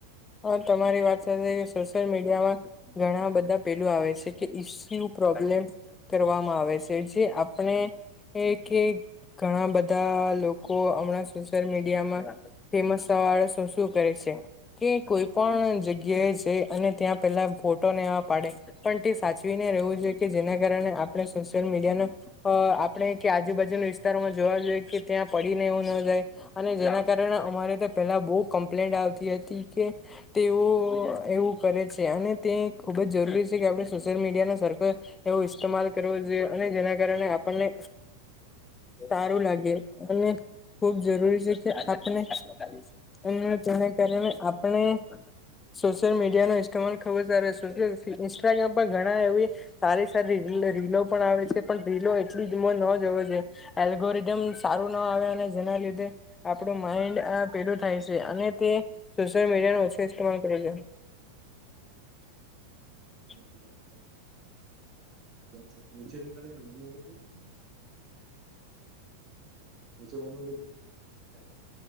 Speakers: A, on the left; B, on the right.
A: હા તમારી વાત સાચી કે સોશિયલ મીડિયા માં ઘણા બધા પહેલું આવે છે કે ઈસ્યુ, પ્રોબ્લેમ કરવામાં આવે છે જે આપણે કે ઘણા બધા લોકો હમણાં સોશિયલ મીડિયામાં ફેમસ થાવા હારુ શું કરે છે. કે કોઈ પણ જગ્યા એ છે અને ત્યાં પેલા ફોટો ને એવા પાડે. પણ તે સાચવીને રહેવું જોઈએ કે જેના કારણે આપણે સોશિયલ મીડિયા નુ અ આપણેે કે આજુબાજુના વિસ્તારમાં જોવા જોઈએ કે ત્યાં પડીને એવું ન જાય અને જેના કારણે અમારે તા પહેલા બો કમ્પ્લેન્ટ આવતી હતી કે તેઓ એવું કરે છે અને તે ખુબ જ જરૂરી છે કે આપણે સોશિયલ મીડિયા ના સરકલ એવું ઇસ્તેમાલ કરવું જોઈએ અને જેના કારણે આપણને સારું લાગે અને ખુબ જરૂરી છે કે આપને અને તેના કારણે આપ અને સોશિયલ મીડિયા નો ઇસ્તમાલ ખૂબ સરસ સોશિયલ <unintelligible> ઇન્સ્ટાગ્રામ પર ઘણા એવી સારી સારી એટલે રીલો પણ આવે છે પણ રીલો એટલી જી માં ન જોવી જોઈએ. એલ્ગોરિધમ સારું ના આવે અને જેના લીધે આપણું માઇન્ડ આ પેલું થાય છે અને તે સોશિયલ મીડિયાનો ઓછો ઇસ્તમાલ કરે છે. <inaudible>
B: તો હવે એવું કરે સાહેબ નીચે થી કર્યે ને તો એવું કરી <unintelligible>